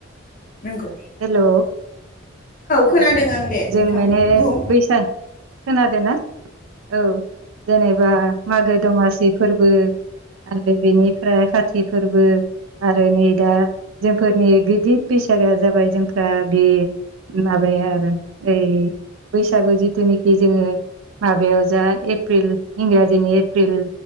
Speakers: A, on the left; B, on the right.
A: नंगौ
B: हेल' औ
A: खोनादों आं दे
B: जों
A: नोंथां
B: माने
A: बुं
B: बैसागो खोनादों ना औ जेनेबा मागो दमासि फोरबो आरो बेनिफ्राय खाति फोरबो आरो नै दा जोंफोरनि गिदिर बैसागोआ जाबाय जोंफ्रा बे माबाया आरो ओइ बैसागु जिथुनाखि जोङो माबायाव जा एप्रिल इंराजिनि एप्रिल